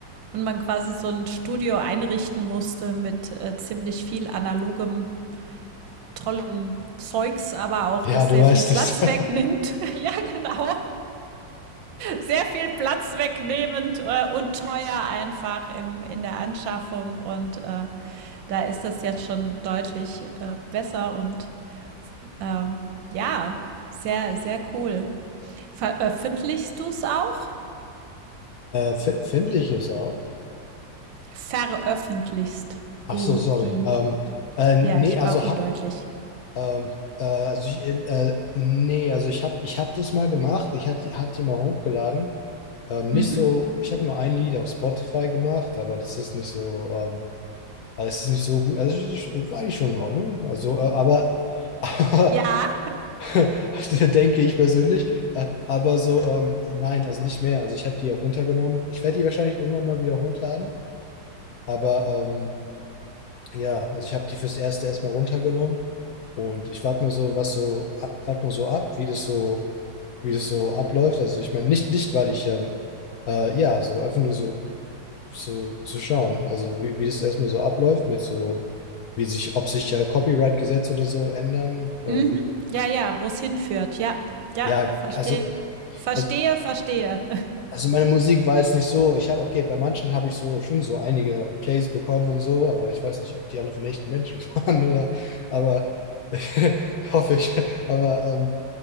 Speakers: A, on the right; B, on the left.
A: und man quasi so ein Studio einrichten musste mit äh, ziemlich viel analogem, tollem Zeugs, aber auch
B: Ja,
A: das
B: du
A: sehr
B: weißt
A: viel Platz
B: es. <laughs>
A: wegnimmt. <laughs> ja, genau. sehr viel Platz wegnehmend äh, und teuer einfach im, in der Anschaffung. Und äh, da ist das jetzt schon deutlich äh, besser und ähm, ja, sehr, sehr cool. Veröffentlichst du es auch?
B: Äh, fi- findlich ist auch.
A: Veröffentlichst
B: Ach
A: du
B: so, sorry.
A: die?
B: Ähm, äh, nee,
A: Ja, ich
B: also,
A: war undeutlich.
B: ha- ähm, äh, also ich, äh, nee, also ich habe ich hab das mal gemacht. Ich hatte hat die mal hochgeladen. Ähm, nicht
A: Mhm.
B: so, ich habe nur ein Lied auf Spotify gemacht, aber das ist nicht so, ähm, also es ist nicht so gut. Also es ist- es war eigentlich schon in Ordnung. Also, äh, aber, <laughs>
A: Ja,
B: aber denke ich persönlich. Äh, aber so, ähm, nein, also nicht mehr. Also ich habe die auch runtergenommen. Ich werde die wahrscheinlich irgendwann mal wieder hochladen. Aber ähm, ja, also ich habe die fürs Erste erstmal runtergenommen. Und ich warte mal so, was so ab, warte mal so ab, wie das so, wie das so abläuft. Also ich meine, nicht, nicht, weil ich ähm, äh, ja, so einfach nur so zu, zu schauen. Also wie, wie das erstmal so abläuft mit so, wie sich, ob sich ja Copyright-Gesetze oder so ändern. Ähm,
A: mhm. ja, ja, wo es hinführt. Ja, ja,
B: ja,
A: verstehe,
B: also,
A: verstehe,
B: also,
A: verstehe.
B: also meine Musik war jetzt nicht so, ich habe, okay, bei manchen habe ich so schon so einige Plays bekommen und so, aber ich weiß nicht, ob die alle von echten Menschen <laughs> waren oder, aber <laughs> hoffe ich. Aber, ähm,